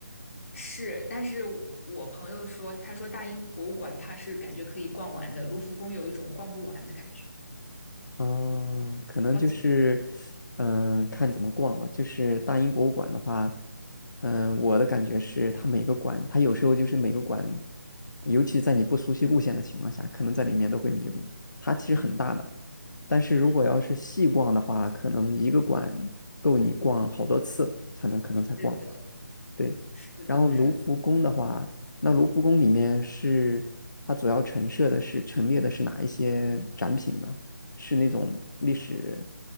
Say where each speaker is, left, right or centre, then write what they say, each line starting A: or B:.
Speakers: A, on the left; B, on the left.
A: 是，但是我朋友说，他说大英博物馆他是感觉可以逛完的，卢浮宫有一种逛不完的感觉，
B: 哦，可能就是，
A: 超级的。
B: 嗯，看怎么逛了。就是大英博物馆的话，嗯，我的感觉是，它每个馆，它有时候就是每个馆，尤其在你不熟悉路线的情况下，可能在里面都会迷路。它其实很大的，
A: 嗯
B: 但是如果要是细逛的话，
A: 嗯，
B: 可能一个馆够你逛好多次才能可能才逛。
A: 是的，
B: 对，
A: 是的，
B: 然后卢浮宫的话，
A: 是的。
B: 那卢浮宫里面是它主要陈设的是陈列的是哪一些展品呢？是那种历史，